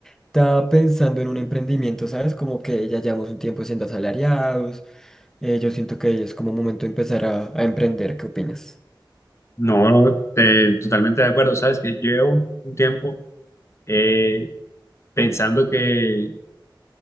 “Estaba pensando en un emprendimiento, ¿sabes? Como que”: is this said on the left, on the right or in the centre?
Centre